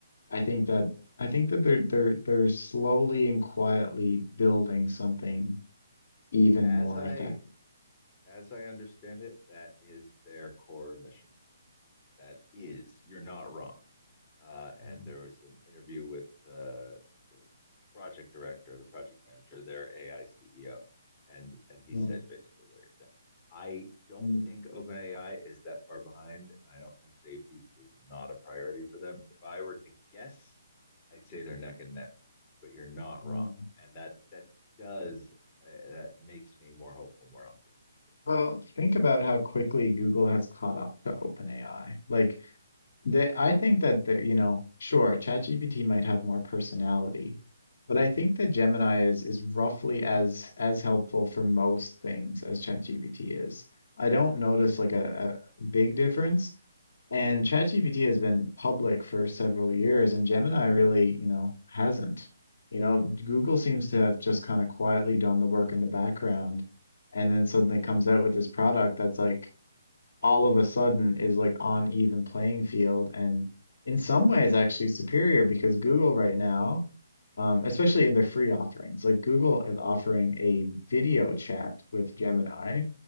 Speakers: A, on the left; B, on the left.
A: I think that I think that they're they're they're slowly and quietly building something even
B: As
A: more
B: I
A: effective.
B: as I understand it, that is their core mission. That is, you're not wrong. Uh, and
A: Mm,
B: there was an interview with uh, the project director, the project manager, their AI CEO, and and he
A: mm,
B: said basically what you're saying. I don't
A: mm,
B: think OpenAI is that far behind, and I don't think safety is not a priority for them. If I were to guess, I'd say they're neck and neck, but you're not
A: yeah.
B: wrong, and that that does uh, that makes me more hopeful, more optimistic.
A: Well, think about how quickly Google has caught up to OpenAI. Like They, I think that the, you know, sure, ChatGPT might have more personality, but I think that Gemini is is roughly as as helpful for most things as ChatGPT is. I don't notice like a, a big difference. And ChatGPT has been public for several years, and Gemini really, you know, hasn't. You know, Google seems to have just kind of quietly done the work in the background, and then suddenly comes out with this product that's like all of a sudden is like on even playing field and in some ways actually superior because Google right now, um, especially in their free offerings, like Google is offering a video chat with Gemini,